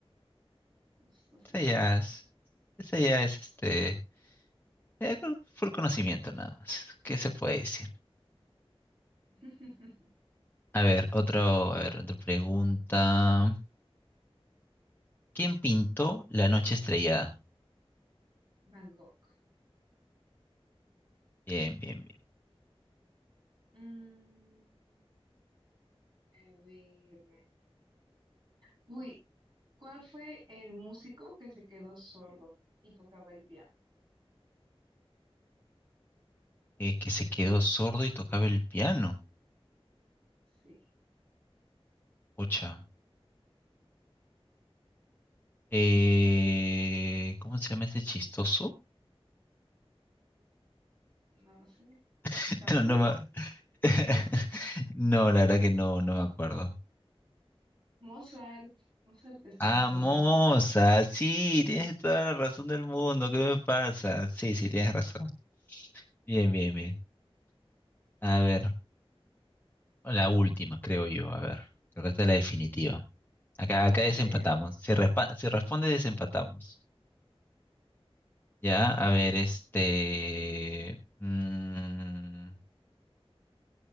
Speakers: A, on the right; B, on the left.
A: justo así
B: Esa
A: es.
B: ya es, esa ya es este, ya creo que fue el conocimiento nada más. ¿Qué se puede decir?
A: <laughs>
B: A ver, otro, a ver, otra pregunta. ¿Quién pintó La noche estrellada?
A: Van Gogh.
B: Bien, bien, bien.
A: Mm, a ver. Uy, ¿cuál fue el músico que se quedó sordo y tocaba el piano?
B: Eh, que se quedó sordo y tocaba el piano.
A: Sí,
B: Ocha. Eh, ¿cómo se llama ese chistoso?
A: no lo sé.
B: <laughs>
A: ¿Chaplin?
B: No, no, me- <laughs> No, la verdad que no, no me acuerdo.
A: Mozart, Mozart estaba
B: Ah,
A: sordo.
B: Moza, sí, tienes toda la razón del mundo, ¿qué me pasa? Sí, sí, tienes razón. Bien, bien, bien. A ver, la última, creo yo, a ver. Creo que esta es la definitiva. Acá, acá
A: A
B: desempatamos.
A: ver.
B: Si, respa- si responde, desempatamos. Ya, a ver, este... mm,